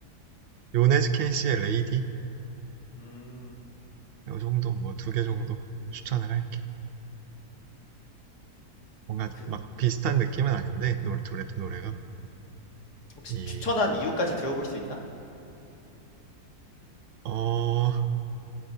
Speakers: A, on the right; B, on the left.
A: 요네즈 켄시의 레이디
B: 음.
A: 요 정도 뭐 두 개 정도 추천을 할게 뭔가
B: 그,
A: 막 비슷한 느낌은 아닌데 노래 둘의 노래가
B: 혹시
A: 이
B: 추천한 이유까지 들어볼 수 있나?
A: 어